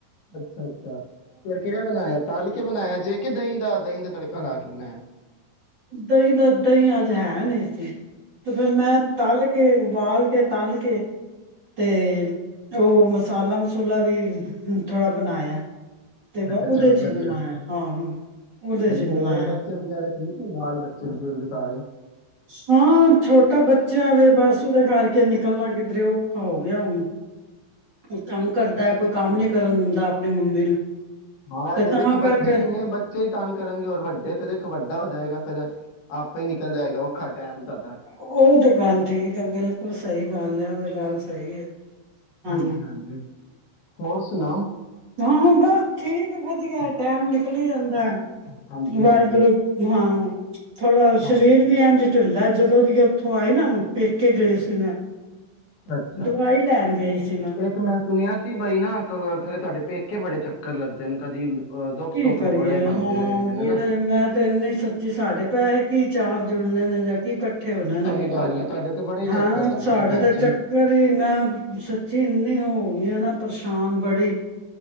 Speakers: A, on the left; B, on the right.
A: ਅੱਛਾ ਅੱਛਾ ਫਿਰ ਕਿਹੜਾ ਬਨਾਇਆ ਇਆ ਤਲ ਕੇ ਬਣਾਇਆ ਜੇ ਕਿ ਦਹੀਂ ਦਾ ਦਹੀਂ ਦਾ ਤੜਕਾ ਲਾ ਛਡਨਾ
B: ਦਹੀਂ ਦਾ ਦਹੀਂ ਅੱਜ ਹੈ ਨਈ‌ ਸੀ ਤੇ ਫੇਿਰ ਮੈਂ ਤਲ ਕੇ ਉਬਾਲ ਕੇ ਤਲ ਕੇ ਤੇ ਉਹ ਮਸਾਲਾ ਮਸੂਲਾ ਵੀ ਥੋੜ੍ਹਾ ਬਨਾਇਆ ਤੇ ਮੈਂ
A: ਅੱਛਾ
B: ਉਹਦੇ
A: ਚਲੋ
B: ਚ ਹੀ
A: ਵਧੀਆ
B: ਬਨਾਇਆ ਹਾਂ ਉਹਦੇ ਚ ਹੀ
A: ਹੋਰ
B: ਬਨਾਇਆ
A: ਬੱਚੇ ਵਗੈਰਾ ਠੀਕ ਏ ਬਾਲ ਬੱਚੇ ਬਜ਼ੁਰਗ ਸਾਰੇ
B: ਹਾਂ ਛੋਟਾ ਬੱਚਾ ਵੇ ਬਸ ਉਹਦੇ ਕਰਕੇ ਨਿਕਲਣਾ ਕਿੱਧਰੇ ਔਖਾ ਹੋ ਗਿਆ ਹੁਣ ਕੋਈ ਕੰਮ ਕਰਦਾ ਕੋਈ ਕੰਮ ਨੀ ਕਰਨ ਦਿੰਦਾ ਅਪਨੀ ਮੰਮੀ ਨੂੰ
A: ਹਾਂ ਤੇ
B: ਤਾਂ
A: ਦੇਖੋ ਬੱਚੇ
B: ਕਰਕੇ
A: ਈ ਨੇ ਬੱਚੇ ਈ ਤੰਗ ਕਰਨਗੇ ਹੋਰ ਵੱਡੇ ਤੇ ਦੇਖੋ ਵੱਡਾ ਹੋ ਜਾਏਗਾ ਫੇਿਰ ਆਪੇ ਹੀ ਨਿਕਲ ਜਾਏਗਾ ਔਖਾ ਟਾਈਮ ਤੁਹਾਡਾ
B: ਉਹ ਤੇ ਗੱਲ ਠੀਕ ਏ ਬਿਲਕੁਲ ਸਹੀ ਗੱਲ ਏ, ਗੱਲ ਸਹੀ ਹੈ। ਹਾਂ
A: ਹਾਂਜੀ-ਹਾਂਜੀ। ਹੋਰ ਸੁਨਾਓ।
B: ਹਾਂ ਹਾਂ ਬਸ ਠੀਕ ਏ ਵਧੀਆ ਟੈਮ ਨਿਕਲੀ ਜਾਂਦਾ
A: ਹਾਂਜੀ
B: ਵਰ
A: ਹਾਂਜੀ
B: ਹਾਂ <inaudible> <inaudible> ਥੋੜਾ ਸ਼ਰੀਰ
A: ਹਾਂ
B: ਵੀ ਐਨਜ ਢਿੱਲਾ ਜਦੋਂ ਦੀਆਂ ਉੱਥੋਂ ਆਈ ਨਾ ਪੇਕੇ ਗਈ ਸੀ ਮੈਂ।
A: ਅੱਛਾ
B: ਦਵਾਈ ਲੈਣ ਗਈ ਸੀ
A: ਇੱਕ ਮੈਂ ਸੁਨਿਆ ਬਈ ਨਾ ਖਰੇ ਤੁਹਾਡੇ ਪੇਕੇ ਬੜੇ ਚੱਕਰ ਲੱਗਦੇ ਨੇ ਕਦੀ ਅ, ਦੁੱਖ ਸੁੱਖ
B: ਕੀ ਕਰੀਏ
A: ਬੜੇ ਬੰਦੇ
B: ਹਾਂ
A: ਰਹਿੰਦੇ ਨੇ
B: ਬੜੇ
A: ਨਾ
B: ਮੈਂ ਤੇ ਇੰਨੀ ਸੱਚੀ ਸਾਡੇ ਪੈਹੈ ਕੀ ਚਾਰ ਜੁੜਨ ਨੇ ਜਾ ੲਕ ਕਠੇ ਹੋਣੇ ਨੇ,
A: ਸਹੀ ਗੱਲ ਹੈ ਤੁਹਾਡੇ ਤੇ ਬੜੇ ਹੀ
B: ਹਾਂ
A: ਚੱਕਰ ਲੱਗਦੇ
B: ਸਾਡੇ
A: ਨੇ ਭੈਣ
B: ਤਾ
A: ਜੀ
B: ਚੱਕਰ ਹੀ ਨਾ ਸੱਚੀ ਇੰਨੀ ਹੋਗੀ ਆ ਨਾ ਪਰੇਸ਼ਾਨ ਬੜੀ